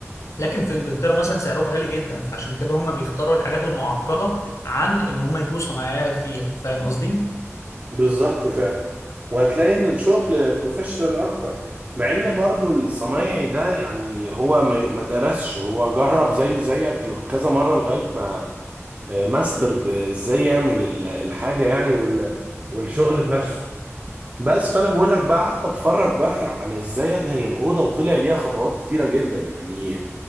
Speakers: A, on the left; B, on the right.
A: لكن في انجلترا مثلا سعرهم غالي جدا فعشان كده هم بيختاروا الحاجات المعقدة عن ان هم يجيبوا صنايعية كتير فاهم قصدي؟
B: بالظبط فعلا وهتلاقي ان الشغل بروفيشنال اكتر مع ان برضو الصنايعي ده يعني هو ما ما درسش هو جرب زيه زيك لغ- كذا مرة لغاية ما آه، ماسترد آه، ازاي يعمل ال- الحاجة يعني وال- والشغل بنفسه بس فانا بقول لك بقى قعدت اتفرج بقى عن ازاي ادهن الاوضه وطلع ليها خطوات كتيره جدا يعني